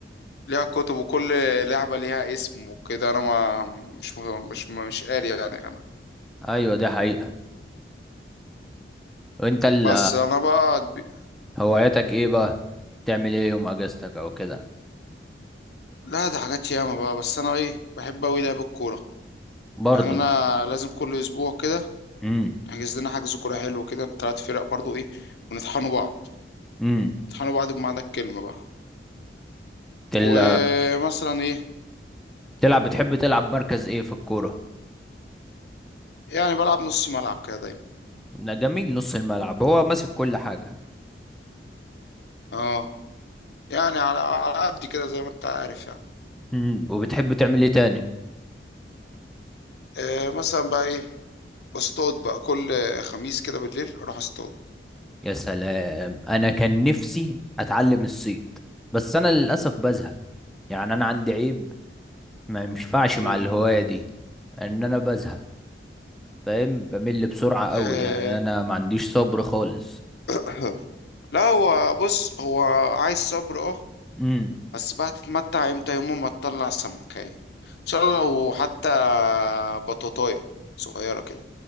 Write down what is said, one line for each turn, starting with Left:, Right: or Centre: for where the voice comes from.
Left: ليها كتب وكل لعبة ليها اسم وكده انا ما مش مش مش قاري يعني انا
Centre: ايوه ده حقيقة وانت ال
Left: بس انا بقى كبي-
Centre: هواياتك ايه بقى تعمل ايه يوم اجازتك او كده
Left: لا ده حاجات ياما بقى بس انا ايه بحب اوي لعب الكورة
Centre: برضه
Left: يعني انا لازم كل اسبوع كده
Centre: امم
Left: احجز لنا حجز كورة حلو كده تلات فرق برضو ايه ونطحنوا بعض
Centre: امم
Left: نطحنوا بعض بمعنى الكلمة بقى
Centre: تل
Left: ومثلا ايه
Centre: تلعب بتحب تلعب مركز ايه في الكورة
Left: يعني بلعب نص ملعب كده دايما
Centre: ده جميل نص الملعب هو ماسك كل حاجة
Left: اه يعني على على قد كده زي ما انت عارف يعني
Centre: امم وبتحب تعمل ايه تاني
Left: آه مثلا بقى ايه بصطاد بقى كل خميس كده بالليل اروح اصطاد
Centre: يا سلام انا كان نفسي اتعلم الصيد بس انا للاسف بزهق يعني انا عندي عيب ما ينفعش
Left: مم.
Centre: مع الهواية دي ان انا بزهق فاهم بمل بسرعة قوي
Left: آه
Centre: يعني انا ما عنديش صبر خالص
Left: <coughs> <clears throat> لا هو بص هو عايز صبر اه
Centre: امم
Left: بس بقى تتمتع امتى يوم ما تطلع سمكاية ان شاء الله وحتى بطاطاية صغيرة كده